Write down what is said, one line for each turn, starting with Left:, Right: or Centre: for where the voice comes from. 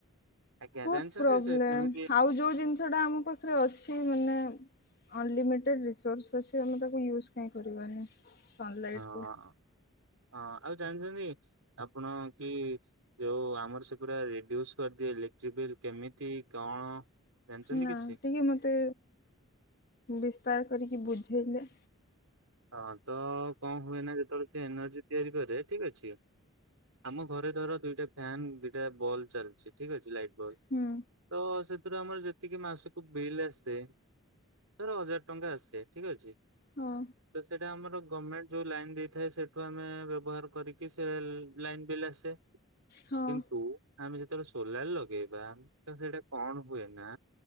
Right: ଆଜ୍ଞା
Left: ବୋହୁତ
Right: ଜାଣିଛନ୍ତି
Left: ପ୍ରୋବ୍ଲେମ
Right: ସେ କେମିତି
Left: ଆଉ ଯୋଉ ଜିନିଷଟା ଆମ ପାଖରେ ଅଛି ମାନେ ଅନଲିମିଟେଡ଼୍ ରିସୋର୍ସେସ୍ ଆମେ ତାକୁ ୟୁଜ୍ କାଇଁ କରିବାନି ସନଲାଇଟକୁ।
Right: ହଁ ହଁ ଆଉ ଜାଣିଚନ୍ତି ଆପଣ କି ଯୋଉ ଆମର ସେ ପୁରା ରେଡ୍ୟୁସ କରିଦିଏ ଇଲେକ୍ଟ୍ରି ବିଲ୍ କେମିତି କଣ ଜାଣିଛନ୍ତି
Left: ନା
Right: କିଛି?
Left: ଟିକେ ମତେ ବିସ୍ତାର କରିକି ବୁଝେଇଲେ?
Right: ହଁ ତ କଣ ହୁଏନା ଯେତେବେଳେ ସେ ଏନର୍ଜି ତିଆରି କରେ ଠିକ ଅଛି ଆମ ଘରେ ଧର ଦୁଇଟା ଫ୍ୟାନ ଦୁଇଟା ବଲ୍ ଚାଲଛି ଠିକ ଅଛି ଲାଇଟ୍ ବଲ୍।
Left: ହୁଁ।
Right: ତ ସେଥିରୁ ଆମର ଯେତିକି ମାସକୁ ବିଲ୍ ଆସେ ଧର ହଜାର୍ ଟଙ୍କା ଆସେ ଠିକ ଅଛି।
Left: ହଁ।
Right: ତ ସେଇଟା ଆମର ଗମେଣ୍ଟ ଯୋଉ ଲାଇନ ଦେଇଥାଏ ସେଠୁ ଆମେ ବ୍ୟବହାର କରିକି ସେ ଲାଇନ ବିଲ ଆସେ। ସେ।
Left: ହଁ
Right: କିନ୍ତୁ ଆମେ ଯେତେବେଳେ ସୋଲାର ଲଗେଇବା ତ ସେଇଟା କଣ ହୁଏ ନା